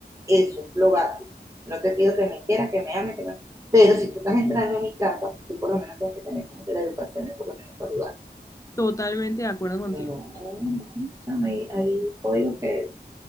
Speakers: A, on the right (about 15°); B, on the left (about 20°).
A: eso es lo básico. No te pido que me quieras, que me ames, que me... Pero si tú estás entrando a mi casa, tú por lo menos tienes que tener como que la educación de por lo menos saludar
B: Totalmente de acuerdo contigo.
A: no, no, o sea, hay, hay códigos que,